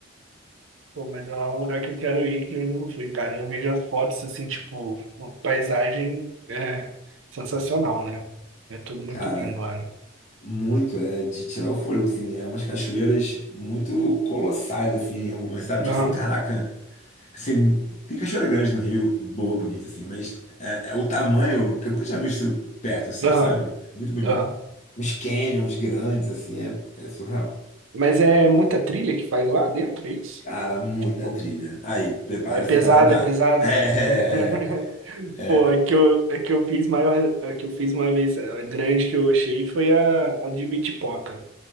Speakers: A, on the right; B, on the left.
A: Pô, mas lá é lá um lugar que eu quero ir que eu ainda não fui, cara. Eu vejo as fotos assim, tipo, uma paisagem é sensacional, né? É tudo muito
B: Cara,
A: lindo lá, né?
B: muito, é de tirar o fôlego, assim. É umas cachoeiras muito colossais, assim, algumas, sabe? Tipo
A: Aham,
B: assim, caraca. Assim, tem cachoeira grande no Rio, boa, bonita, assim, mas é, é o tamanho que eu nunca tinha visto perto, assim,
A: aham,
B: sabe? Muito bonito.
A: aham.
B: Uns canyons grandes, assim, é, é surreal.
A: Mas é muita trilha que faz lá dentro, é isso?
B: Cara, muita
A: Pô,
B: trilha. Aí, prepara-se
A: é pesado,
B: para andar.
A: é pesado.
B: <laughs> É,
A: <laughs>
B: é. é.
A: Pô, a que eu, a que eu fiz maior, a que eu fiz uma vez a grande que eu achei foi a, a de Bitpoca.